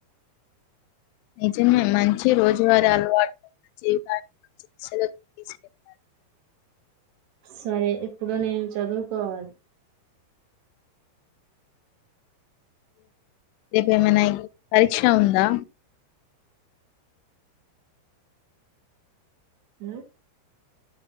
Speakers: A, on the left; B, on the right.
A: నిజమే మంచి రోజువారీ అలవాటున్న జీవితాన్ని చికిత్సలోకి తీసుకెళ్తారు.
B: సరే ఇప్పుడు నేను చదువుకోవాలి.
A: రేపు ఏమైనా పరీక్ష ఉందా
B: హ్మ్